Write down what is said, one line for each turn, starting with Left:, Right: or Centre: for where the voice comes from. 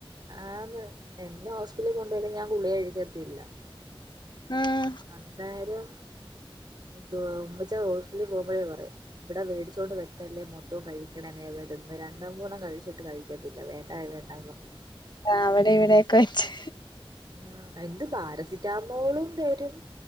Right: ആന്ന് പിന്നെ ഹോസ്പിറ്റലിൽ കൊണ്ടുപോയിലെങ്കി ഞാൻ ഗുളിക കഴിക്കത്തില്ല
Left: ഉം
Right: അന്നേരം
Left: <inaudible>
Right: മുത്തുവാ ഉമ്മച്ചാ ഹോസ്റ്റലിൽ പോകുമ്പോഴേ പറയും ഇവിടെ വേടിച്ചുകൊണ്ട് വെക്കല്ലേ മൊത്തവും കഴിക്കണമേ എവി ടന്ന് രണ്ടോ മൂന്നോ കഴിച്ചിട്ട് കഴിക്കത്തില്ല വേണ്ടാ വേണ്ടാന്ന് പറയും
Left: ആ അവിടെ ഇവിടൊക്കെ വെച്ച്
Right: ആ എന്ത് പാരസിറ്റാമോളും തരും